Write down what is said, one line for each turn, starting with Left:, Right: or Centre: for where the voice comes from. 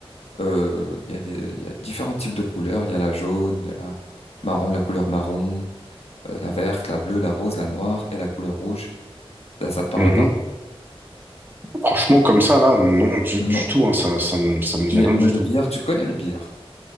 Left: Euh, Il y a des, il y a différents types de couleurs. Il y a la jaune, il y a la marron, la couleur marron, euh, la verte, la bleue, la rose, la noire et la couleur rouge. Ça, ça te parle
Right: Mhm.
Left: pas?
Right: Franchement, comme ça, là, non, du, du
Left: Non.
Right: tout, hein, ça, ça me, ça me dit
Left: Mais,
Right: rien
Left: mais
Right: du
Left: le
Right: tout.
Left: billard, tu connais le billard.